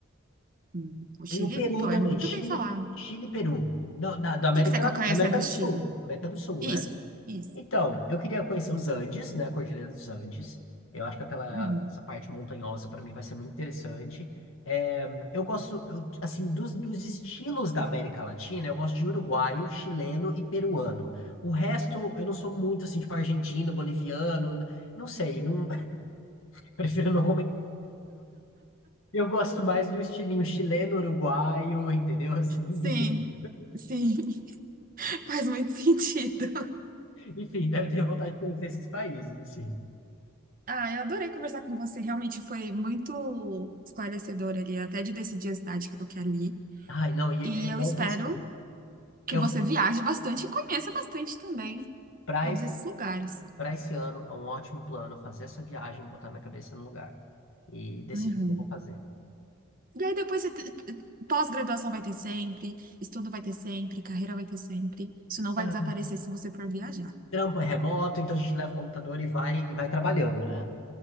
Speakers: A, on the right; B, on the left.
A: Hum, O Chile?
B: e o Peru
A: Pô,
B: também,
A: é muito
B: Chile,
A: bem falado. O
B: Chile, e Peru. Da, da, da América,
A: que que você quer conhecer
B: América
A: no
B: do
A: Chile?
B: Sul, América do Sul,
A: Isso,
B: né?
A: isso.
B: Então, eu queria conhecer os Andes, né? A Cordilheira dos Andes. Eu acho que aquela
A: Uhum.
B: essa parte montanhosa para mim vai ser muito interessante. É, eu gosto, eu, assim, dos, dos estilos da América Latina, eu gosto de uruguaio, chileno e peruano. O resto, eu não sou muito, assim, tipo argentino, boliviano, não sei, não, <laughs> prefiro não Eu gosto mais do estilinho chileno, uruguaio, entendeu? Assim,
A: Sim,
B: <laughs>
A: sim. <laughs> Faz muito sentido.
B: enfim, daí eu tenho vontade de conhecer esses países, assim.
A: Ah, eu adorei conversar com você. Realmente foi muito esclarecedor ali, até de decidir a cidade que eu quero ir.
B: Ai, não, e
A: E
B: é bom
A: eu espero
B: que assim,
A: que
B: eu
A: você viaje bastante e conheça bastante também
B: para
A: todos
B: esse,
A: esses lugares.
B: para esse ano é um ótimo plano fazer essa viagem, botar minha cabeça no lugar e decidir
A: Uhum.
B: o que eu vou fazer.
A: E aí depois você te- pós-graduação vai ter sempre, estudo vai ter sempre, carreira vai ter sempre. Isso não
B: Ah,
A: vai desaparecer se você for viajar.
B: Trampo é remoto, então a gente leva o computador e vai e vai trabalhando, né?